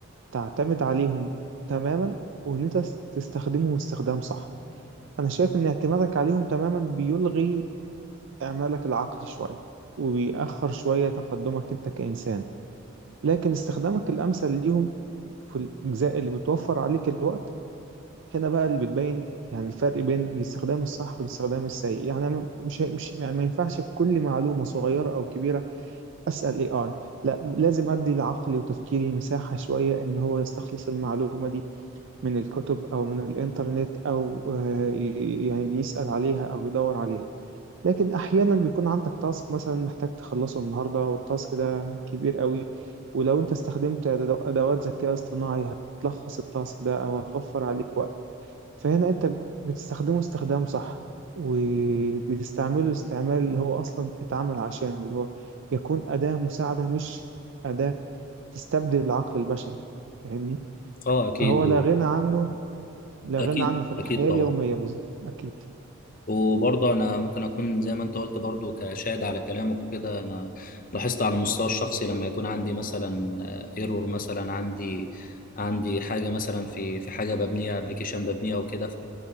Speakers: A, on the right; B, on the left.
A: تعتمد عليهم تماما وإن أنت تستخدمهم استخدام صح أنا شايف إن اعتمادك عليهم تماما بيلغي إعمالك العقلي شوية وبيأخر شوية تقدمك أنت كإنسان لكن استخدامك الأمثل ليهم في الأجزاء اللي بتوفر عليك الوقت هنا بقى اللي بتبين يعني الفرق بين الاستخدام الصح والاستخدام السيء يعني أنا مش مش يعني ما ينفعش في كل معلومة صغيرة أو كبيرة أسأل اي اي لا لازم أدي لعقلي وتفكيري مساحة شوية إن هو يستخلص المعلومة دي من الكتب أو من الإنترنت أو آه، ي- يعني يسأل عليها أو يدور عليها لكن احيانا بيكون عندك تاسك مثلا محتاج تخلصه النهارده والتاسك ده كبير قوي ولو انت استخدمت أدو- ادوات ذكاء اصطناعي هتلخص التاسك ده او هتوفر عليك وقت فهنا انت بتستخدمه استخدام صح وبتستعمله استعمال اللي هو اصلا اتعمل عشانه اللي هو يكون اداة مساعدة مش اداة تستبدل العقل البشري فاهمني
B: أه أكيد
A: فهو لا غنى عنه لا
B: أكيد
A: غنى عنه في الحياة
B: أكيد طبعا
A: اليومية بالظبط اكيد
B: وبرضه انا ممكن اكون زي ما انت قلت برضه كشاهد على كلامك وكده انا لاحظت على المستوى الشخصي لما يكون عندي مثلا ايرور مثلا عندي عندي حاجه مثلا في في حاجه ببنيها ابلكيشن ببنيها وكده